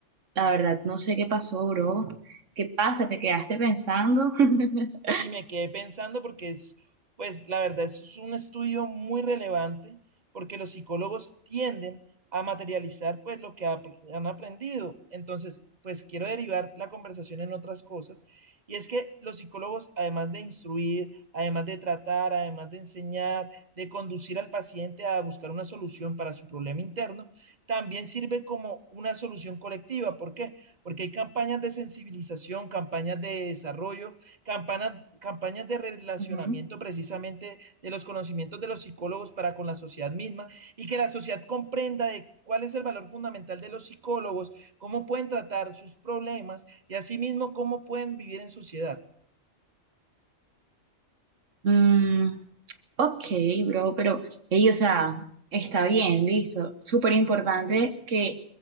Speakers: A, on the right; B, on the right.
A: la verdad, no sé qué pasó, bro. ¿Qué pasa? ¿Te quedaste pensando? <laughs>
B: Sí, me quedé pensando porque es, pues la verdad, eso es un estudio muy relevante porque los psicólogos tienden a materializar pues lo que apr- han aprendido. Entonces, pues quiero derivar la conversación en otras cosas y es que los psicólogos, además de instruir, además de tratar, además de enseñar, de conducir al paciente a buscar una solución para su problema interno, también sirve como una solución colectiva. ¿Por qué? Porque hay campañas de sensibilización, campañas de desarrollo campana- campañas de relacionamiento
A: Ujú.
B: precisamente de los conocimientos de los psicólogos para con la sociedad misma y que la sociedad comprenda de cuál es el valor fundamental de los psicólogos, cómo pueden tratar sus problemas y asimismo cómo pueden vivir en sociedad.
A: Mm, ok, bro, pero, ey, o sea, está bien, listo. Súper importante que